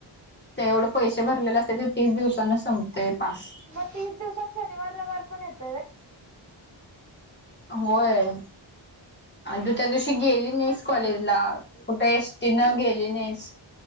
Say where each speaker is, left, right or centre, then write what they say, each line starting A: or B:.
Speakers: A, on the left; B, on the right.
A: ते एवढं पैसे भरलेले असते ते तीस दिवसाने संपते पास
B: मग तीस दिवसात शनिवार रविवार पण येतोय
A: होय आणि तू त्या दिवशी गेली नाहीस
B: व्हय?
A: कॉलेजला कुठ एसटी तिन गेली नाहीस